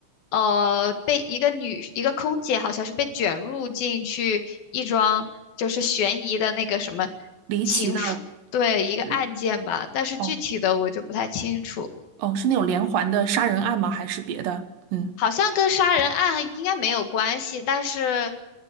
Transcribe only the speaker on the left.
呃，被一个女一个空姐好像是被卷入进去一桩就是悬疑的那个什么
情妇，对，一个案件吧，
但是具体的我就不太清楚。
好像跟杀人案应该没有关系，但是，